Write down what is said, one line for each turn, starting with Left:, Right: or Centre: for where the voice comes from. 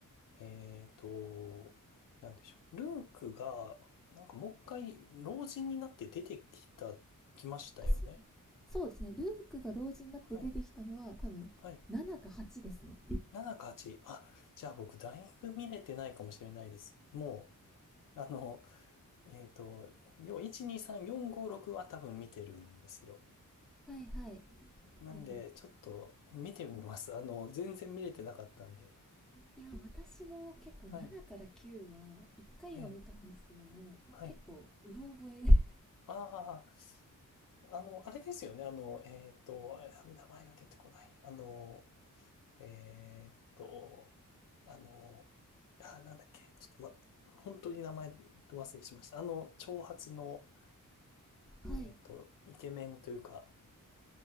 Left: えーと、なんでしょう。ルークが、なんかもう一回、老人になって出てきた、来ましたよね。
Centre: あそそうですねルークが老人になって出てきたのは多分7か8ですね
Left: はい。はい。7か8。あ、じゃあ僕、だいぶ見れてないかもしれないです。もう、あの、えーと、要は1、2、3、4、5、6は多分見てるんですよ。
Centre: はいはい
Left: なんで、
Centre: でも
Left: ちょっと見てみます。あの、全然見れてなかったんで。
Centre: いや私も結構7から9は1回は見たんですけども結構うろ覚えで
Left: はい。ええはい。ああの、あれですよね。あの、えっと、あれ名前が出てこない。あの、えっと、あの、あ、なんだっけ。ちょっと、ま、本当に名前忘れしました。あの、長髪の、
Centre: <laughs> はい
Left: えっと、イケメンというか、